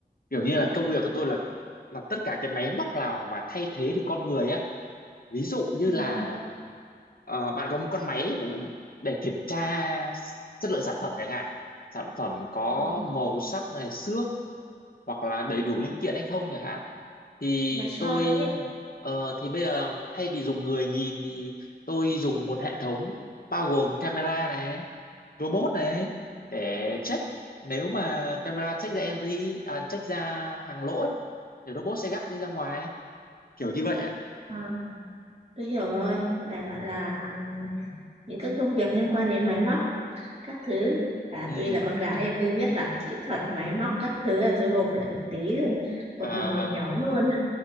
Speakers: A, on the left; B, on the right.
A: kiểu như là công việc của tôi là là tất cả cái máy móc nào mà thay thế được con người á ví dụ như
B: Ừ.
A: là ờ, bạn có một con máy một- để kiểm tra chất lượng sản phẩm chẳng hạn sản phẩm có
B: ờ,
A: màu sắc này xước hoặc là đầy đủ linh kiện hay không chẳng hạn thì
B: Máy soi
A: tôi
B: ấy.
A: ờ, thì bây giờ thay vì dùng người nhìn thì tôi dùng một hệ thống bao gồm camera này robot này để check nếu mà camera check ra NG à, check ra hàng lỗi thì robot sẽ gắp đi ra ngoài kiểu như vậy ạ
B: À, Tôi hiểu rồi, đại loại là um, những cái công việc liên quan đến máy móc, các thứ. À,
A: ừ
B: tuy là con gái thì tôi biết là kỹ thuật máy móc các thứ là tôi gộp lại một tí rồi, một
A: à,
B: một một nhóm luôn.